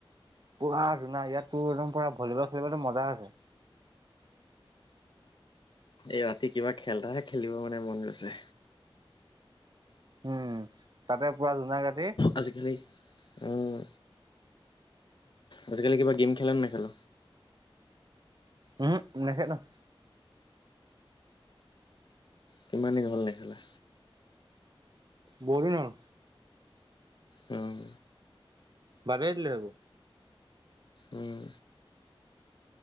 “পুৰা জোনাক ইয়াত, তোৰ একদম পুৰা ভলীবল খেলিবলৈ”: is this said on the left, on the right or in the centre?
Right